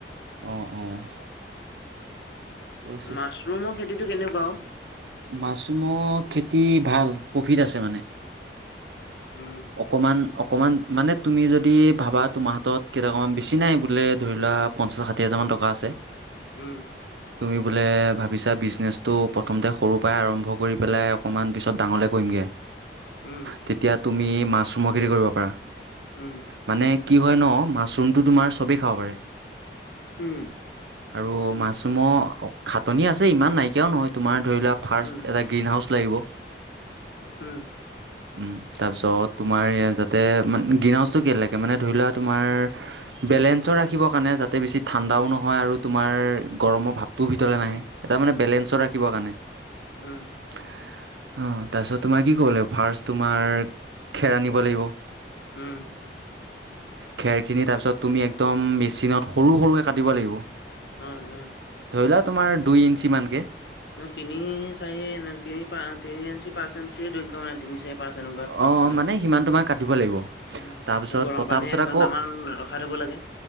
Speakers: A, on the right; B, on the left.
A: অ', ঠিক আছে।
B: মাছৰুমৰ খেতিতটো কেনেকুৱাও
A: মাছৰুমৰ খেতি ভাল প্ৰফিট আছে মানে
B: উম
A: অকমান অ অকণমান মানে তুমি যদি ভাবা তোমাৰ হাতত কেইটকামান বেছি নাই বোলে ধৰি ললোৱা পঞ্চাছ ষাঠি হাজাৰমানান টকা আছে
B: উম,
A: তুমি বোলে ভাবিছা বিজনেচটো প্ৰথমতে সৰুৰ পৰাই আৰম্ভ কৰি পেলাই অকণমান পিছত ডাঙৰলে কৰিমগৈ
B: উম,
A: তেতিয়া তুমি মাছৰুমৰ খেতি কৰিব পাৰা
B: উম,
A: মানে কি হয় ন মাছৰুমটো তোমাৰ চবেই খাব পাৰে
B: উম,
A: আৰু মাছৰুমৰ খাটনি আছে ইমান নাইকিয়াও নহয় তোমাৰ ধৰি লোৱা ফাৰ্ষ্ট
B: উম
A: এটা গ্ৰীণ হাউচ লাগিব
B: উম,
A: উম, তাৰ পিছত তোমাৰ যাতে গ্ৰিন হাউজটো কে লাগে মানে ধৰি লোৱা তোমাৰ বেলেঞ্চ ৰাখিব কাৰণে যাতে বেছি ঠাণ্ডাও নহয় আৰু তোমাৰ গৰমৰ ভাৱটোও ভিতৰলৈ নাহে এটা
B: উম
A: মানে বেলেঞ্চৰ ৰাখিবৰ কাৰণে।
B: উম।
A: অ', তাৰপিছত তোমাৰ কি কব লাগিব ফাৰ্ষ্ট তোমাৰ খেৰ আনিব লাগিব।
B: উম।
A: খেৰ খিনি তাৰ পিছত তুমি একদম মেচিনত সৰু সৰুকে কাটিব লাগিব।
B: উম, উম।
A: ধৰিলা তোমাৰ দুই ইঞ্চিমানানকে।
B: ন তিনি চাহ ন তিনি প তিনিআশ পাঁচ ইঞ্চি দৈৰ্ঘ্য তিনি চাহ পাছ এনেকুৱাত
A: অ
B: হয়
A: মানে সিমান তোমাৰ কাটিব লাগিব
B: উম
A: তাৰপিছত
B: তাৰিত গৰম
A: কটাৰ
B: পানীয়ে
A: পাছত
B: এক
A: আকৌ
B: ঘন্টামান ৰখাত থ হব লাগে।